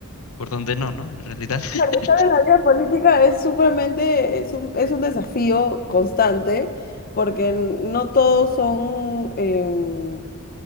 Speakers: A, on the left (about 65°); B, on the left (about 40°).
A: por donde no, ¿no? En realidad. <laughs>
B: Estar en la vida política es supremamente, es un, es un desafío constante, porque no todos son... em,